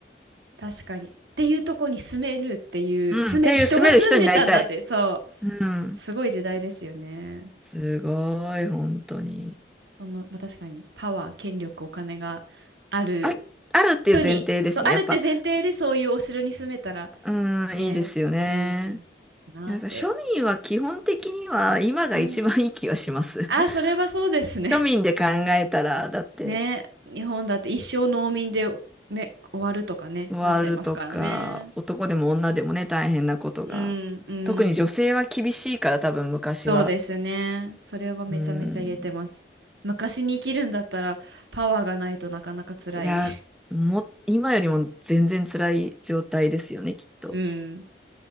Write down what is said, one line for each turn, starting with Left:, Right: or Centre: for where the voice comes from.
Right: 確かに。っていうとこに住めるっていう、
Centre: うん、
Right: 住め、
Centre: っていう住める人になりたい。
Right: 人が住んでたんだって、そう、
Centre: うん。
Right: すごい時代ですよね。
Centre: すごい、本当に。
Right: その、まあ、確かに、パワー、権力、お金がある
Centre: あ、あるっていう前提ですね。
Right: 人に、そう、あるって前提でそういうお城に住めたら、
Centre: やっぱ、うん、
Right: ね、
Centre: いいですよね。
Right: うん、なって。
Centre: なんか庶民は基本的には今が一番いい気がします。
Right: うん。
Centre: <laughs>
Right: あ、それはそうですね。
Centre: 庶民で考えたら、
Right: <laughs>
Centre: だって、
Right: ね、日本だって一生農民で、ね、終わるとかね、
Centre: ワールとか、
Right: なっちゃいますからね。
Centre: 男でも女でもね、大変なことが。
Right: うん、うん。
Centre: 特に女性は厳しいから、多分昔は。
Right: そうですね。それはめちゃめちゃ言えてます。
Centre: うん。
Right: 昔に生きるんだったらパワーがないとなかなか辛い。
Centre: いや、も、今よりも全然辛い状態ですよね、
Right: <laughs>
Centre: きっと。
Right: うん。